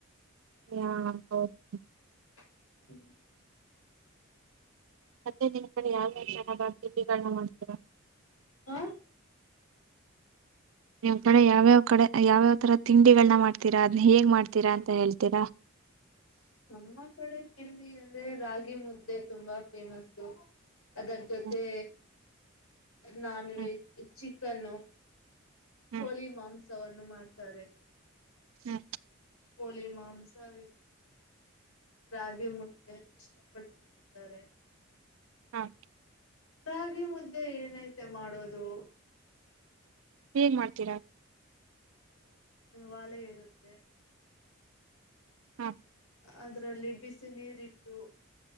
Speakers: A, on the right; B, on the left.
A: <unintelligible>
B: <inaudible>
A: <unintelligible> <inaudible>
B: <unintelligible>
A: ನಿಮ್ ಕಡೆ ಎಲ್ಲ ಯಾವ್ ಯಾವ್ ತರ ತಿಂಡಿ ಮಾಡ್ತೀರಾ ಅದೆಲ್ಲ ಹೇಗ್ ಮಾಡುತ್ತೀರಾ ಅಂತ ಹೇಳ್ತೀರಾ
B: ನಮ್ಮ ಕಡೆ ತಿಂಡಿ ಅಂದ್ರೆ ರಾಗಿ ಮುದ್ದೆ ತುಂಬಾ ಫೇಮಸ್ಸು ಅದರ ಜೊತೆ
A: ಹ್ಮ್
B: ನಾನ್
A: ಹ್ಮ್
B: ವೆಜ್ <unintelligible>
A: ಹ್ಮ್
B: ಕೋಳಿ ಮಾಂಸ ತವನ್ನು ಮಾಡ್ತಾರೆ
A: ಹ್ಮ್
B: ಕೋಳಿ ಮಾಂಸ ವಿತ್ ರಾಗಿಮುದ್ದೆ ಇಷ್ಟ ಪಟ್ಟು ತಿನ್ನುತ್ತಾರೆ
A: ಹ್
B: ರಾಗಿಮುದ್ದೆ ಏನಾಯ್ತೆ ಮಾಡೋದು
A: ಹೇಗ್ ಮಾಡ್ತೀರಾ
B: ಒಲೆ ಇರುತ್ತೆ
A: ಹ
B: ಅದರಲ್ಲಿ ಬಿಸಿ ನೀರು ಇಟ್ಟು